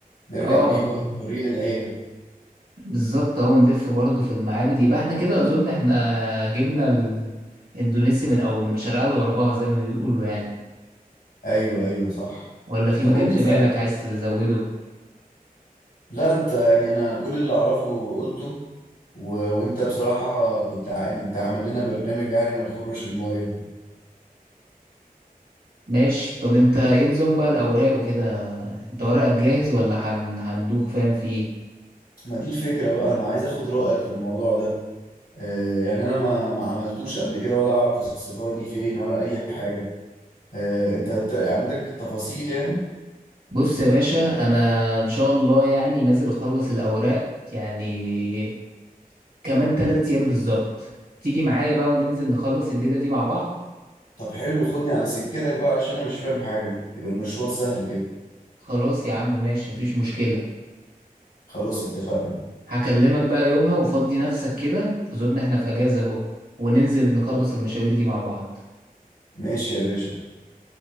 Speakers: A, on the left; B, on the right.
A: نرجع
B: اه
A: بيه بقى نوريه للعيلة
B: بالظبط اهو نلف برضه في المعابد يبقى احنا كده اظن احنا جبنا الاندونيسي من او من شرقها لغربها زي ما بيقولوا يعني
A: ايوه ايوه صح
B: ولا في
A: طب
B: مكان
A: قول
B: في
A: لي صحيح
B: بالك عايز تزوده
A: لا انت يعني انا كل اللي اعرفه قلته و... وانت بصراحة كنت ع... يعني انت عامل لنا برنامج يعني ما يخرش المايه
B: ماشي طب انت ايه نظام بقى الاوراق وكده انت ورقك جاهز ولا هن... هندوخ فاهم فيه
A: ما دي الفكرة بقى انا عايز اخد رأيك في الموضوع ده آه يعني انا ما ما عملتوش قبل كده ولا اعرف السفارة دي فين ولا اي حاجة آه انت ت... عندك تفاصيل يعني
B: بص يا باشا انا ان شاء الله يعني نازل اخلص الاوراق يعني كمان تلات ايام بالظبط تيجي معايا بقى وننزل نخلص الليلة دي مع بعض
A: طب حلو خدني على سكتك بقى عشان انا مش فاهم حاجة يبقى المشوار سهل كده
B: خلاص يا عم ماشي مفيش مشكلة
A: خلاص اتفقنا
B: هكلمك بقى يومها وفضي نفسك كده اظن احنا في اجازة اهو وننزل نخلص المشاوير دي مع بعض
A: ماشي يا باشا